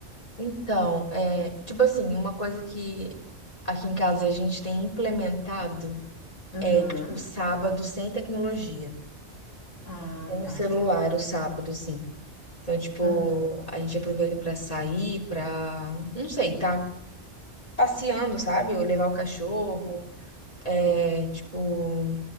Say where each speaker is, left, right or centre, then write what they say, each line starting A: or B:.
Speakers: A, on the left; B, on the left.
A: Então, é, tipo assim, uma coisa que aqui em casa a gente tem implementado
B: Aham.
A: é, tipo, sábado sem tecnologia.
B: Ah,
A: Sem o
B: tá.
A: celular, o sábado, assim. Então, tipo,
B: Aham.
A: a gente aproveita pra sair, pra, não sei, tá passeando, sabe? Ou levar o cachorro, é, tipo...